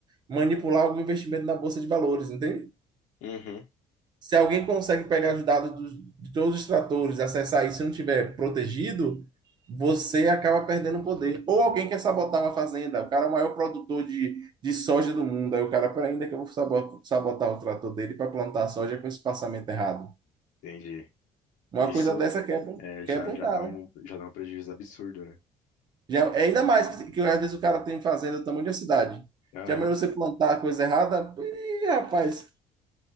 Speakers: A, on the right; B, on the left.
A: manipular algum investimento na Bolsa de Valores, entende?
B: uhum,
A: se alguém consegue pegar os dados dos- de todos os tratores, acessar isso e não tiver protegido, você acaba perdendo o poder. Ou alguém quer sabotar uma fazenda, o cara é o maior produtor de, de soja do mundo, aí o cara, peraí, ainda que eu vou sabo- sabotar o trator dele para plantar soja com espaçamento errado.
B: entendi.
A: Uma
B: Isso
A: coisa dessa quebra, um-
B: é, já,
A: quebra um
B: já
A: cara.
B: dá um, já dá um prejuízo absurdo, né?
A: Já, é ainda mais que, que às vezes o cara tem fazenda do tamanho de uma cidade.
B: Aham,
A: Já é melhor você plantar a coisa errada? Ih, rapaz,